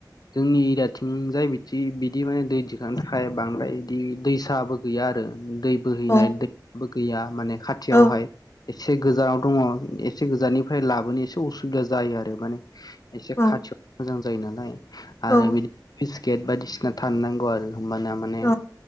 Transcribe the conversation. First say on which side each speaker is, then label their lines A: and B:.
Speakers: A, on the left (about 55°); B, on the left (about 35°).
A: जोंनि एरियाथिं जाय बिदि-बिदि माने दै दिखांनो थाखाय बांद्राय बिदि दैसाबो गैया आरो। दै बोहैनाय
B: औ
A: दै बो गैया माने खाथियावहाय
B: औ
A: एसे गोजानाव दङ। एसे गोजाननिफ्राय लाबोनो एसे उसुबिदा जायो आरो माने एसे
B: औ
A: खाथियाव मोजां जायो नालाय
B: औ
A: आरो बिदिनो बिस्केट बायदिसिना थानोनांगौ आरो। होनबाना माने
B: औ